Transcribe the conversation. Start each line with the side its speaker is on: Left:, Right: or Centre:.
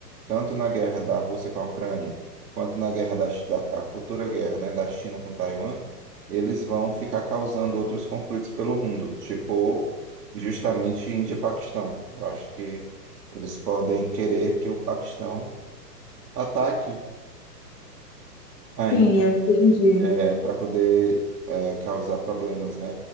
Right: tanto na guerra da Rússia com a Ucrânia, quanto na guerra da, Chi- da a futura guerra, né, da China com Taiwan, eles vão ficar causando outros conflitos pelo mundo, tipo justamente Índia e Paquistão. Eu acho que eles podem querer que o Paquistão ataque à
Left: Sim,
Right: Índia
Left: eu entendi.
Right: para poder é, causar problemas, né?